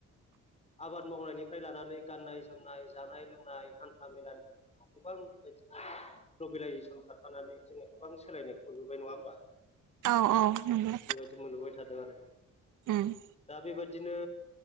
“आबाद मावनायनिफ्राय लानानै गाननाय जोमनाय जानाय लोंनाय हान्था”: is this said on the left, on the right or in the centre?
Left